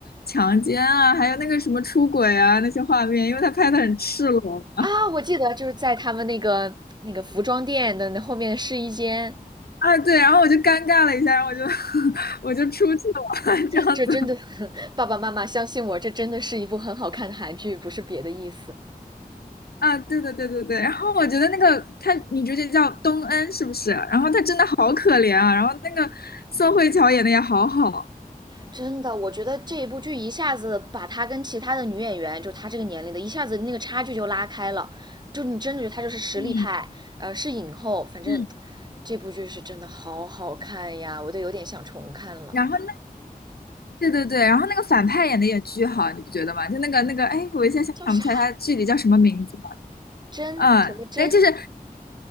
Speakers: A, on the left; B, on the right.
A: 强奸啊，还有那个什么出轨啊那些画面，因为他拍的很赤裸
B: 啊，我记得就是在他们那个那个服装店的那后面的试衣间，
A: 啊，对，然后我就尴尬了一下，然后我就 <laughs> 我就出去了，<laughs> 这样子
B: 这真的，<laughs> 爸爸妈妈相信我，这真的是一部很好看的韩剧，不是别的意思。
A: 啊，对对对对对。然后我觉得那个他女主角叫东恩是不是？然后她真的好可怜啊，然后那个宋慧乔演的也好好，
B: 真的，我觉得这一部剧一下子把她跟其他的女演员，就她这个年龄的，一下子那个差距就拉开了。就你真的觉得她就是实力派，
A: 嗯
B: 呃，是影后。反正
A: 嗯。
B: 这部剧是真的好好看呀，我都有点想重看了。
A: 然后对对对，然后那个反派演的也巨好，你不觉得吗？就那个那个，哎，我一下想不起来他具体叫什么名字了。
B: 叫啥？真什么真
A: 嗯，但就是